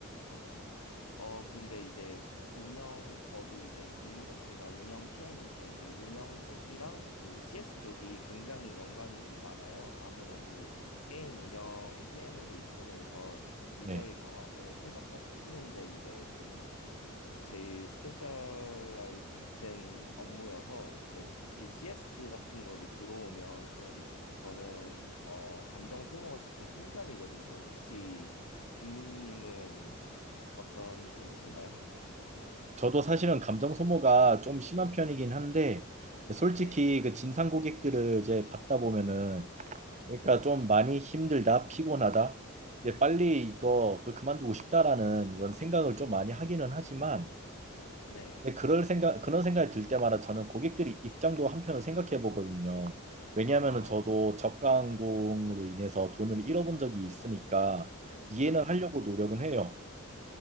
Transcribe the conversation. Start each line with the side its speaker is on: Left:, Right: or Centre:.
Left: 아, 어, 근데 이제 운영, 저도 이제 직무 자체가 운영 PM인데 이제 운영 쪽이랑 그 CS 쪽이 굉장히 연관이 많아요. 아무래도 게임 운영 PM으로 있으면서 유저의
Right: 네,
Left: 경험을 최적화시키는데 이제 좀 제일 스페셜라이징 된 업무여서 이제 혹시 CS 같은 거를 들어오면 좀 저는 어, 감정 소모가 조금 큰 편이거든요. 혹시 금민님은 어떤 편이신가요? <laughs>
Right: 저도 사실은 감정 소모가 좀 심한 편이긴 한데 솔직히
Left: 네.
Right: 그 진상 고객들을 이제 받다 보면은 그러니까 좀 많이 힘들다, 피곤하다, 이제 빨리 이거 그 그만두고 싶다라는 이런 생각을 좀 많이 하기는 하지만
Left: 네.
Right: 근데 그럴 생각, 그런 생각이 들 때마다 저는 고객들이 입장도 한편으로 생각해 보거든요. 왜냐하면은
Left: 아,
Right: 저도 저가 항공으로 인해서 돈을 잃어본 적이 있으니까 이해는
Left: 아,
Right: 하려고 노력은 해요.